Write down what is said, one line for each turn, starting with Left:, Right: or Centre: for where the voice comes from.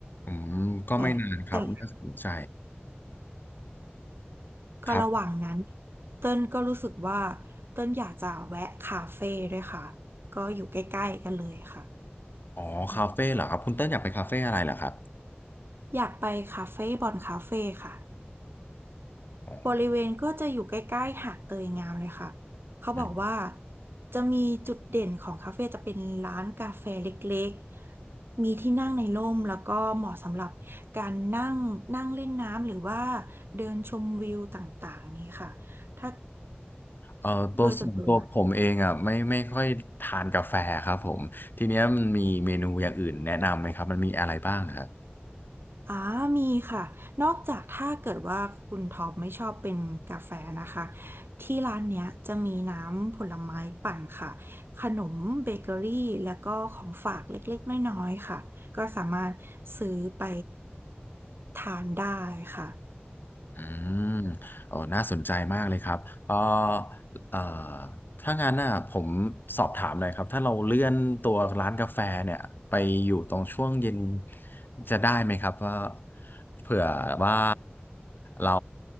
Left: อืมก็ไม่นานครับน่าสนใจ
Right: แต่แต่ ก็ระหว่างนั้น
Left: ครับ
Right: เต้นก็รู้สึกว่าเต้นอยากจะแวะคาเฟ่ด้วยค่ะก็อยู่ใกล้ๆกันเลยค่ะ
Left: อ๋อคาเฟ่เหรอครับคุณเต้นอยากไปคาเฟ่อะไรเหรอครับ
Right: อืมอยากไปคาเฟ่บอนคาเฟ่ค่ะ
Left: อ๋อ
Right: บริเวณก็จะอยู่ใกล้ๆหาดเตยงามเลยค่ะเขาบอกว่า
Left: อืม
Right: จะมีจุดเด่นของคาเฟ่จะเป็นร้านกาแฟเล็กๆมีที่นั่งในร่มแล้วก็เหมาะสำหรับการนั่งนั่งเล่นน้ำหรือว่าเดินชมวิวต่างๆนี้ค่ะถ้า
Left: เอ่อตัวส่วนตัวผมเองอ่ะไม่ไม่ค่อยทานกาแฟครับผมทีเนี้ยมันมีเมนูอย่างอื่นแนะนำไหมครับมันมีอะไรบ้างครับ
Right: โดยส่วนตัว อ่ามีค่ะ นอกจากถ้าเกิดว่าคุณท็อปไม่ชอบเป็นกาแฟนะคะ ที่ร้านเนี้ยจะมีน้ำผลไม้ปั่นค่ะ ขนมเบเกอรี่แล้วก็ของฝากเล็กๆน้อยๆค่ะ ก็สามารถซื้อไปทานได้ค่ะ
Left: อืมโอ้น่าสนใจมากเลยครับเออเอ่อถ้างั้นน่ะผมสอบถามหน่อยครับ ถ้าเราเลื่อนตัวร้านกาแฟเนี่ยไปอยู่ตรงช่วงเย็นจะได้ไหมครับว่าเผื่อว่าเรา